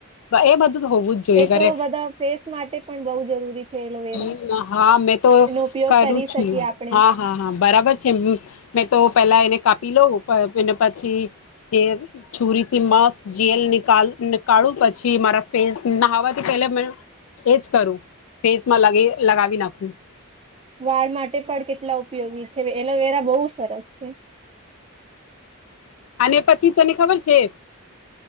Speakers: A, on the left; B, on the right.
A: એ બધું તો હોવું જ જોઈએ
B: એ
A: ઘરે
B: તો બધા ફેસ માટે પણ બહ જરૂરી છે એલોવેરા
A: હ હા મેં તો
B: એનો ઉપયોગ
A: કરું
B: કરી
A: છું
B: શકીએ આપણે
A: હા હા હા બરાબર છે તો પેલા એને કાપી લઉં એને પછી જે છુરી થી મસ જેલ નીાલ નીિકળું પછી મારા ફેસ ન હવા તો કેલા એ જ કરું ફેસમાં લ લગાવી નાખું
B: વાળ માટે પણ કેટલા ઉપયોગી છે એલોવેરા બહુ સરસ છે
A: અને પછી તને ખબર છે